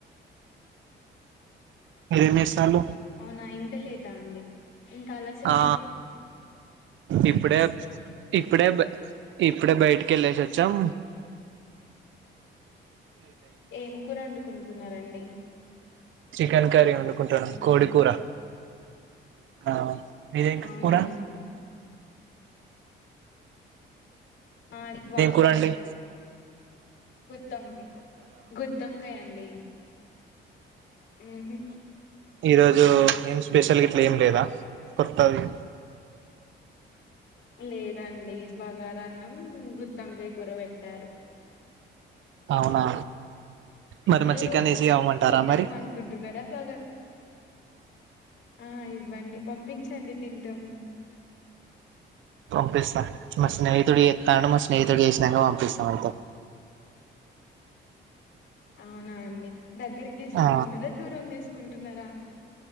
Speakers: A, on the right; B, on the left.
A: అ రేమ చాలు
B: అవునా ఇంద లేదా అండి ఇంకా ఆలస్యంయింది
A: ఆ ఇప్పుడే ఇప్పుడే ఇప్పుడే బయటక వెళ సచ్చం
B: ఏం కూర అండుకుంటున్నారంండి
A: చికెన్ కర్రీ వండుకుంటున్నా
B: అవునా
A: కోడి కూూర ఆ మీర
B: అవునా
A: కూడా
B: ఆలు వంకాయ్
A: కూర అండి
B: గుత్తి వంకాయ గుత్తివంకాయండి మ్
A: ఈ రోజు ఏం స్పెషల్ ఇట్లా ఏం లేదా కొత్తది
B: లేదండి బగారన్నం గుత్తి వంకాయక కూర పెట్టారు
A: అవునా మరి
B: మీరు
A: మా చికెన్ వేసి ఇవ్వమంటారా
B: ఒట్టనం
A: మరి
B: అనుకుంటున్నారా బగార ఆ ఇవ్వండి పంపించండి తింటం
A: పంపిస్తా మా స్నేహితుడు జేత్తాండు మా స్నేహితుడు జేసినాక పంపిస్తాం అయితే
B: అవునా అండి దగ్గర దీసుకుంటున్నారా
A: ఆ
B: దూరం దీసుకుంటున్నారా